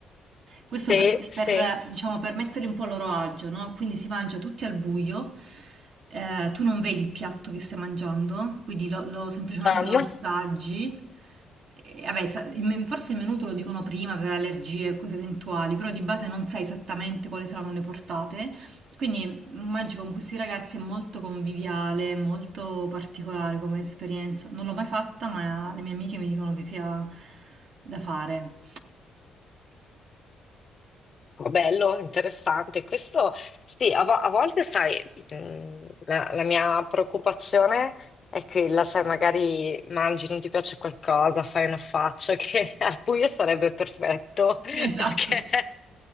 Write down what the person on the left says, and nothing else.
Sì,
sì,
ma molto
bello, interessante. Questo sì, a, vo- a volte sai, mh, la, la mia preoccupazione è che la sai, magari mangi, non ti piace qualcosa, fai una faccia che <laughs> al buio sarebbe perfetto, <laughs>
perché